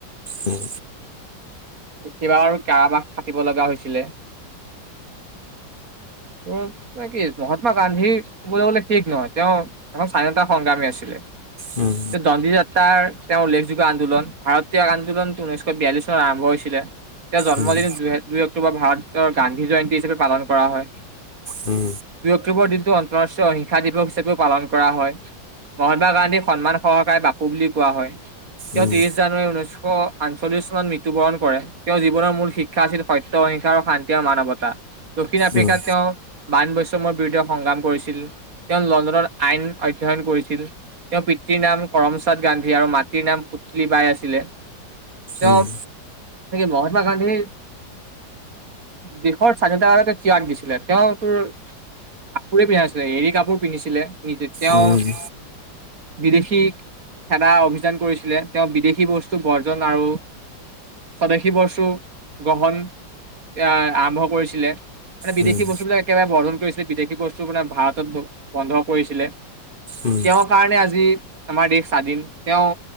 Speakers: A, on the left (about 35°); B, on the right (about 45°).
A: উম।
B: কেইবা বাৰো কাৰাবাস খাটিব লগা হৈছিলে। উম কি মহাত্মা গান্ধীৰ কবলে গলে শেষ নহয়, তেওঁ এজন স্বাধীনতা সংগ্ৰামী আছিলে।
A: উম।
B: দণ্ডি যাত্ৰাৰ তেওঁ উল্লেখযোগ্য আন্দোলন, ভাৰত ত্যাগ আন্দোলনটো ঊনৈশ বিয়াল্লিশ চনত আৰম্ভ হৈছিলে। তেওঁৰ জন্মদিন
A: উম।
B: দু দুই অক্টোবৰত ভাৰতৰ গান্ধী জয়ন্তী হিচাপে পালন কৰা হয়।
A: উম।
B: দুই অক্টোবৰ দিনটো আন্তৰাষ্ট্ৰীয় অহিংসা দিৱস হিচাপেও পালন কৰা হয়, মহাত্মা গান্ধীৰ সন্মান সহকাৰে বাপু বুলি কোৱা হয়, তেওঁ
A: উম,
B: ত্ৰিশ জানুৱাৰী ঊনৈছশ আঠচল্লিশ চনত মৃত্যুবৰণ কৰে। তেওঁৰ জীৱনৰ মূল শিক্ষা আছিল সত্য অহিংসা আৰু শান্তি আৰু মানৱতা। দক্ষিণ আফ্ৰিকাত
A: উম,
B: তেওঁ বান বৈষ্ম্যমৰ বিৰুদ্ধে সংগ্ৰাম কৰিছিল, তেওঁ লণ্ডনত আইন অধ্যয়ন কৰিছিল। তেওঁৰ পিতৃৰ নাম কৰমচাদ গান্ধী আৰু মাতৃৰ নাম পুতলী বাই আছিলে। তেওঁ
A: উম,
B: মহাাত্মা গান্ধী দেশৰ স্বাধীনতাৰ কাৰণে তেওঁ ত্যাগ দিছিলে। তেওঁ তোৰ কাপোৰে পিন্ধা নাছিলে, এৰী কাপোৰ পিন্ধিছিলে, নি তেওঁ
A: উম,
B: বিদেশীক খেদা অভিযান কৰিছিলে, তেওঁ বিদেশী বস্তু বৰ্জন আৰু স্বদেশী বস্তু গ্ৰহণ এ আৰম্ভ কৰিছিলে। মানে বিদেশী
A: উম, উম,
B: বস্তুবিলাক একেবাৰে বৰ্ধন কৰিছিলে বিদেশী বস্তু মানে ভাৰতত বন্ধ কৰিছিলে।
A: উম,
B: তেওঁৰ কাৰণে আজি আমাৰ দেশ স্বাধীন তেওঁ